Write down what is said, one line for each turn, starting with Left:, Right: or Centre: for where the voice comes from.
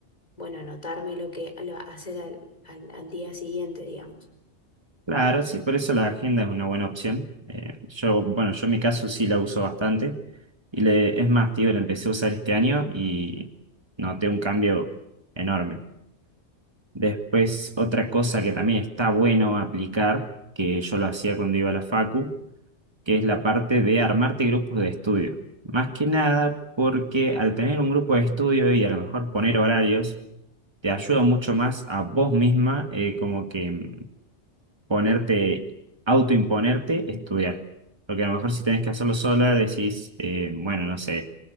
Left: bueno, anotarme lo que lo- hacer al al- al día siguiente, digamos.
Right: Claro, sí, por eso la agenda es una buena opción. Eh, yo, bueno, yo en mi caso sí la uso bastante. Y le, es más, tío, la empecé a usar este año y noté un cambio enorme. Después, otra cosa que también está bueno aplicar, que yo lo hacía cuando iba a la facu, que es la parte de armarte grupos de estudio. Más que nada porque al tener un grupo de estudio y a lo mejor poner horarios, te ayuda mucho más a vos misma, eh, como que mm, ponerte, autoimponerte, estudiar. Porque a lo mejor si tenés que hacerlo sola, decís, eh, bueno, no sé,